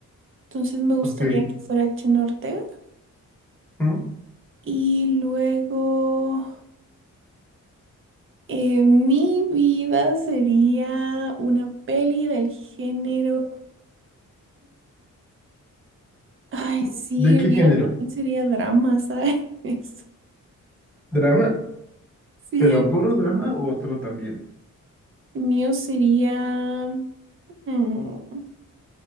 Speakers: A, on the right (about 40°); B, in the centre.
A: entonces me gustaría
B: ok.
A: que fuera Jenna Ortega
B: ¿Mm?
A: y luego... Eh, mi vida sería una peli del género. Ay, sí,
B: ¿De
A: el
B: qué
A: mío
B: género?
A: también sería drama, ¿sabes? <laughs>
B: ¿Drama?
A: Sí,
B: ¿Pero puro drama
A: el
B: o otro también?
A: mío sería. mm,